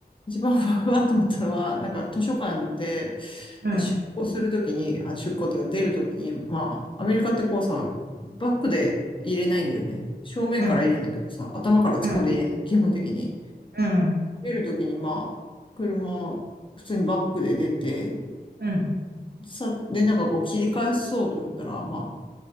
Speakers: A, on the left (about 30°); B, on the right (about 75°).
A: 一番うわうわって思ったのは、なんか図書館で
B: うん、
A: 出庫するときに、あ、出庫っていうか出るときに、まあ、アメリカってこうさ、バックで入れないんだよね。正面から入れるんだけどさ、
B: うん、
A: 頭から突っ込んで入れるの、
B: うん、
A: 基本的に。
B: うん、
A: 出るときにまあ、車、普通にバックで出て、
B: うん、
A: さ、で、なんかこう切り返そうと思ったら、まあ、